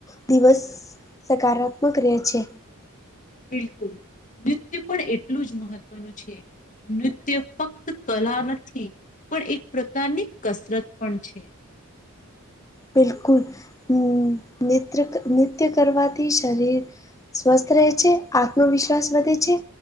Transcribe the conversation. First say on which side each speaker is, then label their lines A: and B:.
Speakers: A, on the left; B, on the left.
A: દિવસ સકારાત્મક રહે છે.
B: બિલકુલ નૃત્ય પણ એટલું જ મહત્વનું છે. નૃત્ય ફક્ત કલા નથી પણ એક પ્રકારની કસરત પણ છે.
A: બિલકુલ હમ નિત્ર નિત્ય કરવાથી શરીર સ્વસ્થ રહે છે આત્મવિશ્વાસ વધે છે